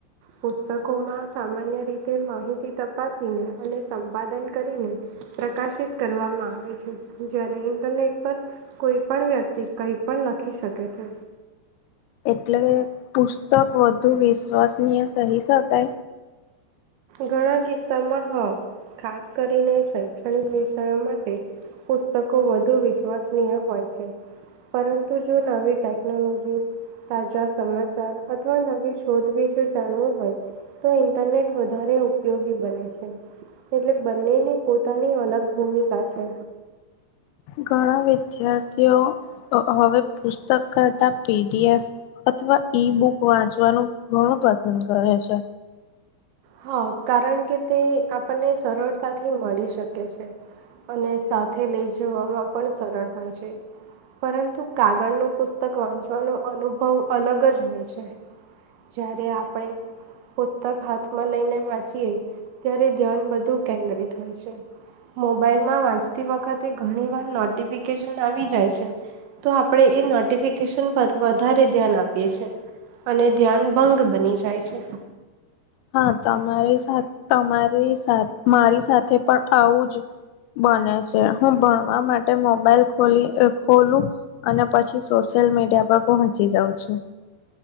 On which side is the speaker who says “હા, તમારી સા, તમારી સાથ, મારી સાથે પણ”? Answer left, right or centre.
Left